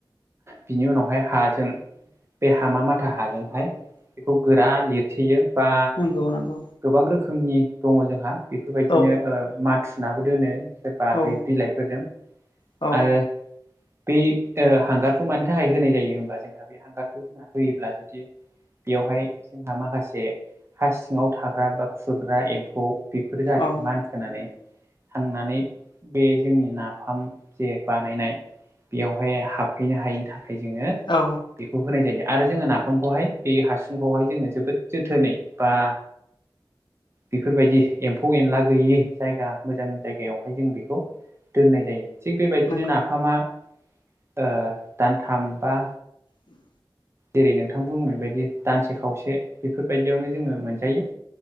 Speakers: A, on the right; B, on the left.
A: बिनि उनावहाय हाजों बे हामा माथा हाजोंहाय बेखौ गोरा लिरथेयो बा
B: नोंगौ नोंगौ
A: गोबां रोखोमनि दङ जोंहा बेफोरबायदिनो
B: औ
A: ओ माथुुनाबो दोनो सोरबा
B: औ
A: बे बिलाइफोरजों
B: औ
A: आरो बै ओ हांगारखौ मानि थाखाय होनाय जायो होनबा जोंहा बे हांगारखौ जोंहा होयोब्ला बिदि बेवहाय जोंहा माखासे हास सिङाव थाग्रा बा खुरग्रा एम्फौ बेफोर जाहाथे
B: औ
A: मा होनानै थांनानै बे जोंनि नाफाम जे बानायनाय बेयावहाय हाबहैनो हायैनि थाखाय जोङो
B: औ।
A: बेखौ होनाय जायो आरो जोङो नाफामखौहाय बे हासुंखौहाय जोङो जोबोद जोथोनै बा बेफोरबायदि एम्फौ एनला गैयि जायगा मोजां जायगायावहाय जों बेखौ दोननाय जायो। थिग बेबायदिनो
B: नंगौ
A: नाफामा दानथाम बा
B: उम।
A: जेरै नोंथां बुंनाय बायदि दानसे खावसे बेफोरबायदियावनो जोङो मोनजायो